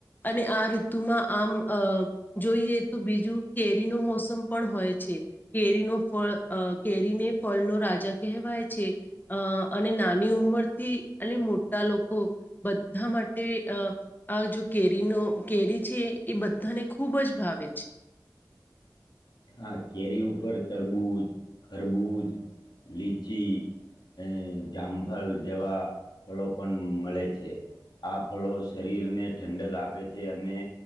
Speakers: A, on the left; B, on the left.
A: અને આ ઋતુમાં આમ અ જોઈએ તો બીજું કેરીનો મોસમ પણ હોય છે કેરીનો ફળ અ કેરીને ફળનો રાજા કહેવાય છે. અ અને નાની ઉંમરથી અને મોટા લોકો બધાં માટે અ આ જો કેરીનો કેરી છે એ બધાને ખૂબ જ ભાવે છે.
B: હા, કેરી ઉપર તરબૂજ, ખરબૂજ, લીચી. એ જામફલ જેવાં ફલો પણ મલે છે. આ ફળો શરીરને ઠંડક આપે છે અને